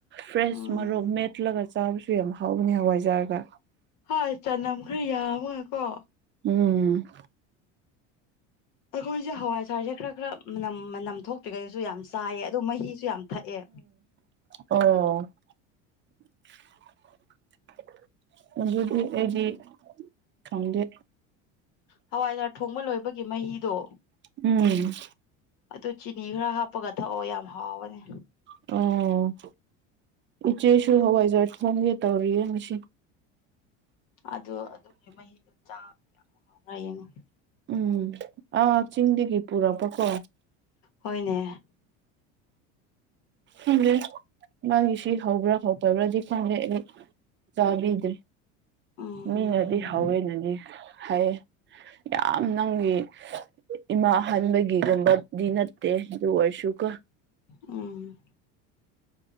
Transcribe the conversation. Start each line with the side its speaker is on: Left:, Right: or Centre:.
Right: ꯐ꯭ꯔꯦꯁ
Left: ꯎꯝ
Right: ꯃꯣꯔ‌ꯣꯛ ꯃꯦꯠꯂꯒ ꯆꯥꯕꯁꯨ ꯌꯥꯝ ꯍꯥꯎꯕꯅꯤ ꯍꯋꯥꯏꯖꯥꯔꯒ
Left: ꯍꯣꯏ ꯆꯅꯝꯈ꯭ꯔ ꯌꯥꯝꯃꯒ ꯀꯣ
Right: ꯎꯝ
Left: ꯑꯩꯈꯣꯏꯁꯦ ꯍꯋꯥꯏꯁꯥꯔꯁꯦ ꯈꯔ ꯈꯔ ꯃꯅꯝ ꯃꯅꯝ ꯊꯣꯛ ꯀꯩꯀꯩꯁꯨ ꯌꯥꯝ ꯆꯥꯏꯑ ꯑꯗꯣ ꯃꯍꯤꯁꯨ ꯌꯥꯝ ꯊꯛꯑꯦ
Right: ꯑꯣꯗꯤ <unintelligible> ꯑꯩꯗꯤ ꯈꯪꯗꯦ
Left: ꯍꯋꯥꯏꯖꯥꯔ ꯊꯣꯡꯕ ꯂꯣꯏꯕꯒꯤ ꯃꯍꯤꯗꯣ
Right: ꯎꯝ
Left: ꯑꯗꯨ ꯆꯤꯅꯤ ꯈꯔ ꯍꯥꯞꯄꯒ ꯊꯛꯑꯣ ꯌꯥꯝ ꯍꯥꯎꯕꯅꯦ
Right: ꯑꯣ ꯏꯆꯦꯁꯨ ꯍꯋꯥꯏꯖ ꯐ ꯌꯦꯇꯥꯧꯔꯔꯤ ꯌꯦ ꯃꯁꯤꯁꯤ
Left: ꯑꯗꯨ ꯑꯗꯨꯒꯤ ꯃꯍꯤꯗꯣ ꯆꯥ ꯀꯌꯥꯃꯨꯛ ꯍꯥꯎꯕ꯭ꯔꯥ ꯌꯦꯡꯉꯣ
Right: ꯎꯝ ꯑꯥ ꯆꯤꯡꯗꯒꯤ ꯄꯨꯔꯛꯄꯀꯣ
Left: ꯍꯣꯏꯅꯦ
Right: ꯎꯦ ꯃꯥꯒꯤ ꯁꯤ ꯍꯧꯕ꯭ꯔꯥ ꯍꯧꯗꯕ꯭ꯔꯥꯗꯤ ꯍꯦ ꯆꯕꯗ꯭ꯔꯤ
Left: ꯎꯝ
Right: ꯃꯤꯅꯗꯤ ꯍꯧꯋꯦꯅꯗꯤ ꯍꯥꯏꯩ ꯌꯥꯝ ꯅꯪꯒꯤ ꯏꯃꯥ ꯑ ꯍꯟꯥꯟꯕꯒꯤꯒꯨꯝꯕꯗꯤ ꯅꯠꯇꯦ ꯑꯗꯨ ꯑꯣꯏꯔꯁꯨꯀ
Left: ꯎꯝ